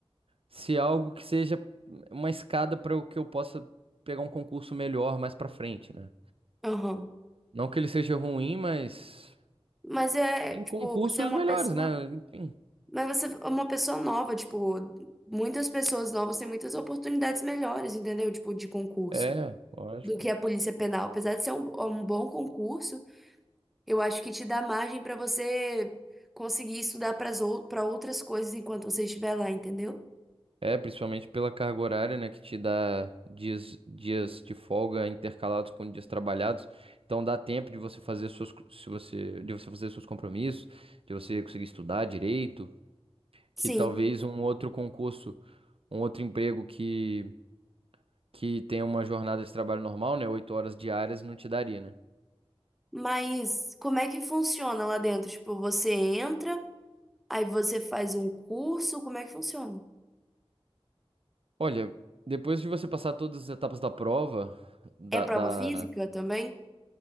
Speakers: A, on the right (about 65°); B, in the centre.
A: se algo que seja uma escada para o que eu possa pegar um concurso melhor mais para frente, né?
B: aham.
A: Não que ele seja ruim, mas
B: Mas é,
A: tem
B: tipo,
A: concursos
B: você é uma
A: melhores,
B: pessoa.
A: né? Enfim,
B: Mas você é uma pessoa nova, tipo, muitas pessoas novas têm muitas oportunidades melhores, entendeu? Tipo, de concurso,
A: é, lógico.
B: do que a polícia penal. Apesar de ser um, um bom concurso. Eu acho que te dá margem para você conseguir estudar para para outras coisas enquanto você estiver lá, entendeu?
A: É, principalmente pela carga horária, né, que te dá dias, dias de folga intercalados com dias trabalhados. Então dá tempo de você fazer suas, co- se você, de você fazer seus compromissos, de você conseguir estudar direito,
B: Sim,
A: que talvez um outro concurso, um outro emprego que que tenha uma jornada de trabalho normal, né, oito horas diárias, não te daria, né?
B: mas como é que funciona lá dentro? Tipo, você entra, aí você faz um curso, como é que funciona?
A: Olha, depois de você passar todas as etapas da prova, da,
B: É prova
A: da
B: física também?